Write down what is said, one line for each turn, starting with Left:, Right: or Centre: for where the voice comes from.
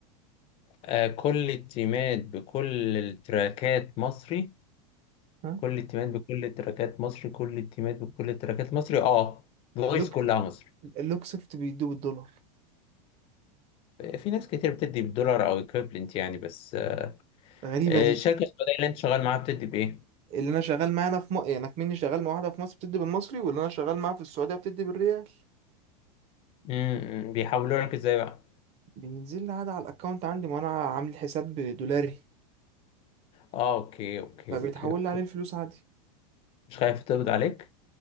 Left: آه، كل التيمات بكل التراكات مصري
Right: ها
Left: كل التيمات بكل التراكات مصري كل التيمات بكل التراكات مصري اه الفويس
Right: لوك
Left: كلها مصري
Right: اللوكسفت بيدوه بالدولار
Left: آه، في ناس كتير بتدي بالدولار او ايكويفلنت يعني بس آه،
Right: غريبة
Left: الشركه
Right: دي
Left: السعوديه اللي انت شغال معاها بتدي بايه
Right: اللي انا شغال معاه انا في م... يعني كمني شغال مع واحدة في مصر بتدي بالمصري واللي انا شغال معاه في السعودية بتدي بالريال
Left: امم بيحولوا لك ازاي بقى
Right: بينزل لي عادي على الاكونت عندي وانا عامل حساب دولاري
Left: اه اوكي اوكي
Right: فبيتحول
Left: اوكي اوكي
Right: لي عليه الفلوس عادي
Left: مش خايف تقبض عليك